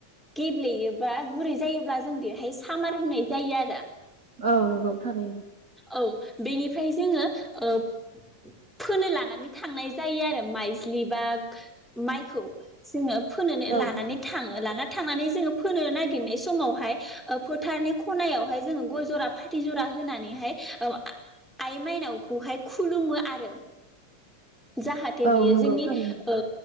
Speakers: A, in the centre; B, on the right (about 30°).
A: गेब्लेयोबा गुरै जायोब्ला जों बेहाय सामार होनाय जायो आरो।
B: औ नोंगौ थारैनो।
A: औ बेनिफ्राय जोङो ओ फोनो लानानै थांनाय जायो आरो माइज्लि बा माइखौ जोङो। फोनोनो
B: औ
A: लानानै थाङो लाना थांनानै जोङो फोनो नागिरनाय समावहाय ओ फोथारनि खनायावहाय जोङो गय जरा फाथै जरा होनानैहाय ओ आइ माइनावखौहाय खु खुलुमो आरो। जाहाथे बियो
B: औ नंगौ
A: जोंनि
B: थारैनो
A: ओ